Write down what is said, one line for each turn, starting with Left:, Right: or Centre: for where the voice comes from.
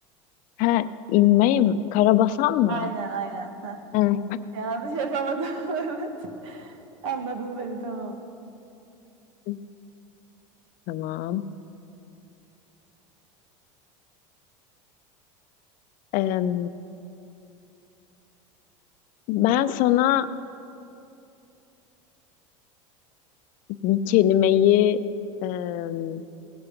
Left: He, inmeyim. Karabasan mı?
Right: Aynen aynen. Heh.
Left: Hı.
Right: Yanlış yapamadım. <laughs> Evet. Anladın beni tamam.
Left: <laughs> Tamam. Em, ben sana bir kelimeyi em,